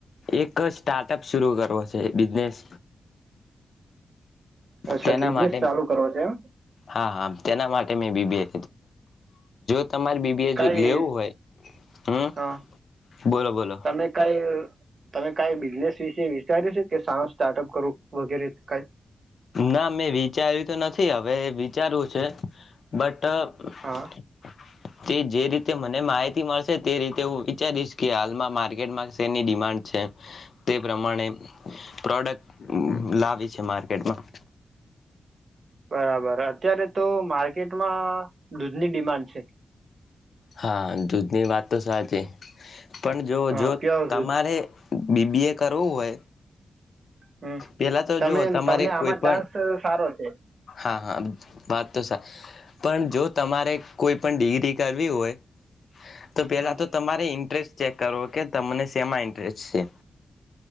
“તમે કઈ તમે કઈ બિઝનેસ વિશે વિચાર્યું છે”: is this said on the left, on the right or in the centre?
Right